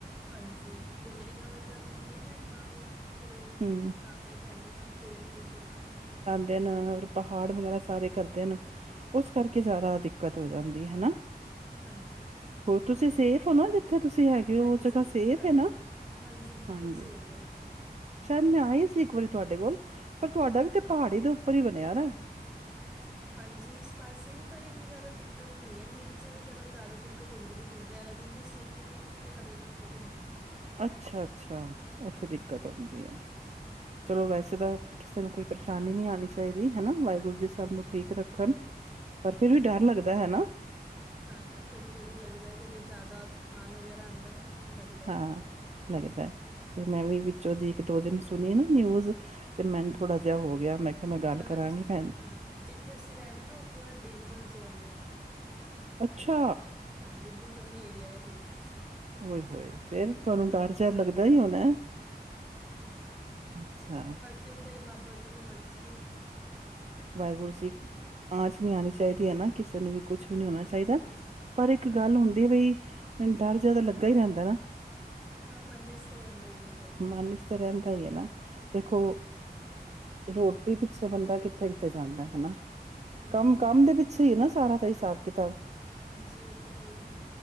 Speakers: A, in the centre; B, on the right (about 40°).
A: ਹਾਂਜੀ ਬਿਲਡਿੰਗਾਂ ਵਗੈਰਾ ਬਣਦੀਆਂ ਨਾ ਇੱਦਾਂ ਫਿਰ ਉਹ
B: ਹੂੰ
A: ਹਟਾਣੇ ਹੀ ਪੈਂਦੇ ਇਹਨਾਂ ਨੂੰ, ਪੇੜ ਪੌਧੇ ਤਾਂ ਕਰਕੇ।
B: ਦਿਨ ਪਹਾੜ ਵਗੈਰਾ ਸਾਰੇ ਕਰਦੇ ਨ। ਉਸ
A: ਹਾਂਜੀ
B: ਕਰਕੇ ਜ਼ਿਆਦਾ ਦਿੱਕਤ ਹੋ ਜਾਂਦੀ ਹੈਨਾ।
A: ਹਾਂਜੀ।
B: ਹੋਰ ਤੁਸੀਂ ਸੇਫ ਹੋ ਨਾ ਜਿੱਥੇ ਤੁਸੀ ਹੈਗੇ
A: ਹਾਂਜੀ
B: ਹੋ, ਉਹ ਜਗ੍ਹਾਹ ਸੇਫ
A: ਹਾਂਜੀ
B: ਹੈ ਨਾ
A: ਹਾਂਜੀ ਬਿਲਕੁਲ
B: ਹਾਂਜੀ।
A: ਸੇਵ ਹੈ ਉੱਤੇ
B: ਸ਼ਾਇਦ ਮੈਂ ਆਈ ਸੀ ਇੱਕ ਵਾਰੀ ਤੁਹਾਡੇ ਕੋਲ, ਪਰ ਤੁਹਾਡਾ ਵੀ ਤੇ ਪਹਾੜੀ ਦੇ ਉੱਪਰ ਹੀ ਬਣਿਆ ਦਾ ਏ,
A: ਹਾਂਜੀ ਉਸ ਪਾਸੇ ਹੀ ਪਰ ਇੰਨੀ ਜ਼ਿਆਦਾ ਦਿੱਕਤ ਨਹੀਂ ਹੈ ਨੀਚੇ ਦੀ ਤਰਫ ਜ਼ਿਆਦਾ ਦਿੱਕਤ ਹੁੰਦੀ ਜਿਵੇਂ ਦੇਹਿਰਾਦੂਨ ਜੋੋਂ ਸੀਟੀ ਸੀਟੀ ਹੈ ਨਾ ਉੱਥੇ ਜ਼ਿਆਦਾ ਦਿੱਕਤ ਹੁੰਦੀ ਹੈ।
B: ਅੱਛਾ ਅੱਛਾ, ਉੱਥੇ
A: ਹਾਂਜੀ
B: ਦਿੱਕਤ ਹੋ ਹੁੰਦੀ ਐ, ਚਲੋ ਵੈਸੇ ਤਾਂ ਕਿਸੇ ਨੂੰ ਕੋਈ ਪਰੇਸ਼ਾਨੀ ਨਹੀਂ ਆਣੀ ਚਾਹੀਦੀ ਹੈਨਾ ਵਾਹਿ ਗੁਰੂ
A: ਹਾਂਜੀ
B: ਜੀ ਸਬ ਨੂੰ ਠੀਕ ਰੱਖਣ, ਪਰ
A: ਹਾਂਜੀ
B: ਫਿਰ ਵੀ ਡਰ ਲੱਗਦਾ ਹੈਨਾ।
A: ਹਾਂ ਕਦੀ ਕਦੀ ਲੱਗਦਾ ਜਦੋਂ ਜ਼ਿਆਦਾ ਤੂਫਾਨ ਵਗੈਰਾ ਆਦਾ ਐ ਨਾ। ਲੱਗਦਾ ਹੈ।
B: ਹਾਂ ਲੱਗਦਾ ਐ, ਤੇ ਮੈਂ ਵੀ ਵਿੱਚੋ ਦੀ ਇੱਕ ਦੋ ਦਿਨ ਸੁਣੀ ਨਾ ਨਿਊਜ। ਤੇ ਮੈਨੂੰ ਥੋੜਾ ਜਿਹਾ ਹੋ ਗਿਆ, ਮੈਂ ਕਿਹਾ ਮੈਂ ਗੱਲ
A: ਮਤਲਬ
B: ਕਰਾਂਗੀ
A: ਜਿ-
B: ਮੈਂ ਭੈਣ,
A: ਜਿੱਥੇ ਅਸੀਂ ਰਹਿੰਦੇ ਨਾ ਉਹ ਪੂਰਾ ਡੇਂਜਰ ਜ਼ੋਨ ਐ ਉਹ,
B: ਅੱਛਾ
A: ਹਾਜੀ ਬੁੱਕਮ ਏਰੀਆ ਐ ਪੂਰਾ
B: ਉਏ ਹੋਏ ਫਿਰ ਤੁਹਾਨੂੰ
A: ਤਾਂ
B: ਡਰ ਜੇਆ
A: ਤਾਂ
B: ਲੱਗਦਾ
A: ਕਰ-
B: ਈ ਹੋਣਾ ਐ, ਅੱਛਾ,
A: ਕਿ ਉੱਤੇੇ ਬਾਬਾ ਜੀ ਦੀ ਮਰਜ਼ੀ ਐ,
B: ਵਾਹਿਗੁਰੂ ਜੀ ਆਚ ਨ ਆਣੀ ਚਾਹੀਦੀ ਹੈਨਾ, ਕਿਸੇ ਨੂੰ ਵੀ ਕੁਛ ਵੀ ਨੀ ਹੋਣਾ
A: ਹਾਂਜੀ
B: ਚਾਹੀਦਾ, ਪਰ ਇੱਕ ਇੱਕ ਗੱਲ ਹੁੰਦੀ ਬਈ ਡਰ ਜਿਆਦਾ ਤਾ ਲੱਗਾ ਹੀ ਰਹਿੰਦਾ ਨਾ,
A: ਹਾ ਮਨ ਇਚ ਤਾਂ ਰਹਿੰਦਾ ਹੀ ਐ ਡਰ,
B: ਮਨ ਚ ਰਹਿੰਦਾ ਹੀ ਹੈ ਨਾ ਦੇਖੋ ਰੋਟੀ ਪਿੱਛੇ ਬੰਦਾ ਕਿੱਥੇ, ਕਿੱਥੇ ਜਾਂਦਾ, ਹੈਨਾ।
A: ਹਾਂਜੀ
B: ਕੰਮ ਕੰਮ ਦੇ ਪਿੱਛੇ ਹੀ ਏ ਨਾ ਸਾਰਾ ਤਾਂ ਹਿਸਾਬ ਕਿਤਾਬ,
A: ਹਾਂਜੀ ਉਹ ਤੇ ਹੈ ਹੀ